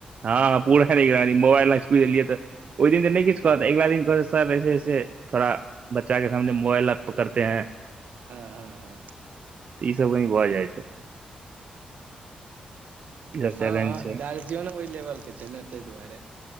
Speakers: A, on the right; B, on the right.
A: हँ ह पूरा निगरानी मोबइल न छुए देलिये तऽ ओहि दिन तऽ नय किछु कहत अगिला दिन कहत सर ऐसे ऐसे थोड़ा बच्चा के सामने मोबाइल आप पकर ते हैं
B: हँ हँ हँ
A: तिऽ ईसभ कनि भऽ जाइ छै ई सब
B: हँ
A: चैलेंज
B: हँ
A: छै
B: गार्जियनो ओय लेवल के छै ने तैय दुआरे